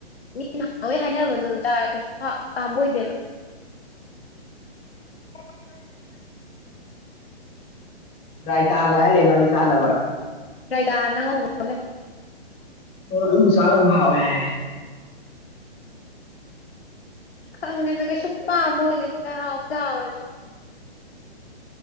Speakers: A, on the left (about 70°); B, on the left (about 20°).
A: ꯃꯤꯅ ꯅꯍꯥꯟꯉꯩ ꯍꯥꯏꯅꯕꯗꯨꯅ ꯇꯥꯔꯒꯁꯨ ꯄꯥꯝꯕ ꯑꯣꯏꯗꯦꯕ <unintelligible>
B: ꯔꯥꯏꯇꯥ ꯑꯒ ꯍꯥꯏ ꯂꯩ ꯃꯥꯂꯦ ꯆꯥꯅꯕ
A: ꯗ꯭ꯔꯥꯏꯗꯥ ꯅꯪ ꯉꯧꯕ ꯑꯃ ꯂꯩ
B: ꯑꯣ ꯑꯗꯨꯕꯨ ꯆꯥꯎꯔꯗꯤ ꯍꯥꯎꯋꯦ ꯍꯥꯏ
A: ꯈꯪꯗꯦꯗ ꯀꯩꯁꯨ ꯄꯥꯝꯕꯗꯤ ꯑꯣꯏꯗꯦꯗ ꯍꯥꯎꯕꯨꯗꯤ ꯍꯥꯎꯔꯖꯨ